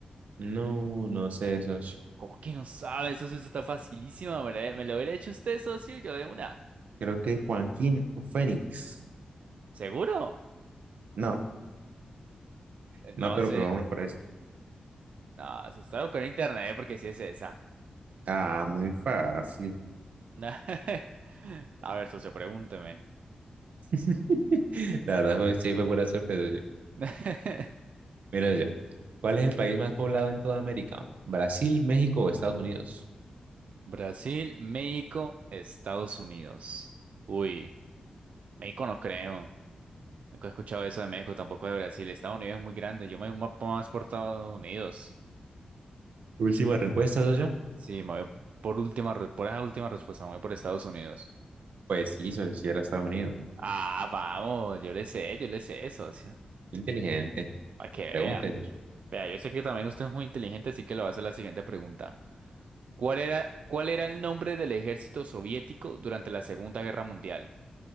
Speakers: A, on the right (about 85°); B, on the right (about 60°).
A: no, no sé, socio.
B: ¿Cómo que no sabe? Eso, eso está facilísima. ¿Me lo, me lo hubiera hecho usted, socio? Yo de una.
A: Creo que Joaquín Fénix.
B: ¿Seguro?
A: No,
B: Entonces,
A: no, pero pues vámonos por eso.
B: no, asustado con internet porque si es esa.
A: Ah, muy fácil.
B: <laughs> A ver, socio, pregúnteme.
A: <laughs> La verdad fue, sí, fue pura sorpresa. sí.
B: <laughs>
A: Mira, ya. ¿Cuál es el país más poblado en toda América? ¿Brasil, México o Estados Unidos?
B: Brasil, México, Estados Unidos. Uy, México no creo. Nunca he escuchado eso de México, tampoco de Brasil. Estados Unidos es muy grande. Yo me voy ma- más por Estados Unidos.
A: Última respuesta, socio.
B: Sí, me voy por última, re- por esa última respuesta, me voy por Estados Unidos.
A: Pues sí, eso sí era Estados Unidos.
B: Ah, vamos, yo le sé, yo le sé, socio.
A: Inteligente.
B: Para que vea.
A: Pregúntese, socio.
B: Vea, yo sé que también usted es muy inteligente, así que le voy a hacer la siguiente pregunta. ¿Cuál era, cuál era el nombre del ejército soviético durante la Segunda Guerra Mundial?